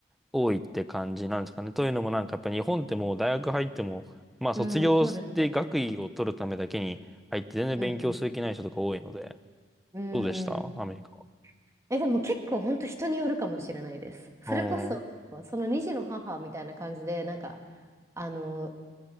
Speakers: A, in the centre; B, on the right.
A: 多いって感じなんですかね。というのもなんかやっぱ日本ってもう大学入っても、まあ卒業で学位を取るためだけに入って全然勉強する気ない人とか多いので、
B: うん、そうですよね。うん、うん、うーん。
A: どうでしたアメリカは。
B: え、でも結構本当人によるかもしれないです。それこそ、
A: おー、
B: その2児の母みたいな感じで、なんか、あの、